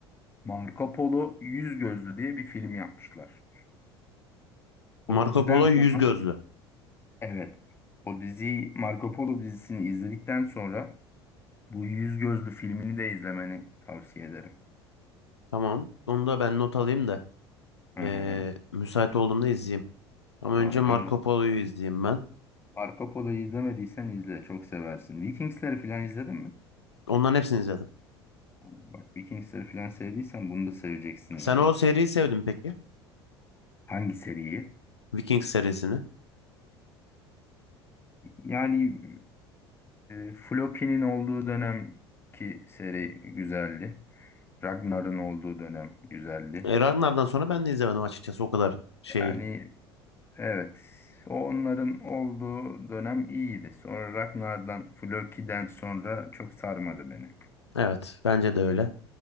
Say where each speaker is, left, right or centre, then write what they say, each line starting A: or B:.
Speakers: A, on the left (about 15°); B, on the left (about 80°).
A: Marco Polo Yüz Gözlü diye bir film yapmışlar. O
B: Marco
A: diziden
B: Polo
A: sonra
B: yüz gözlü.
A: evet o diziyi Marco Polo dizisini izledikten sonra bu Yüz Gözlü filmini de izlemeni tavsiye ederim.
B: Tamam. Onu da ben not alayım da
A: Hı
B: ee,
A: hı,
B: müsait olduğumda izleyeyim. Ama
A: aynen
B: önce Marco Polo'yu izleyeyim ben.
A: Arka Polo'yu izlemediysen izle. Çok seversin. Vikingsleri falan izledin mi?
B: Onların hepsini izledim.
A: Bak Vikingsleri falan sevdiysen bunu da seveceksin
B: Sen
A: yani.
B: o seriyi sevdin peki?
A: Hangi seriyi?
B: Vikings serisini.
A: Yani e, Floki'nin olduğu dönem ki seri güzeldi. Ragnar'ın olduğu dönem güzeldi.
B: E, Ragnar'dan sonra ben de izlemedim açıkçası o kadar şeyi.
A: Yani evet onların olduğu dönem iyiydi. Sonra Ragnar'dan Floki'den sonra çok sarmadı beni.
B: Evet, bence de öyle.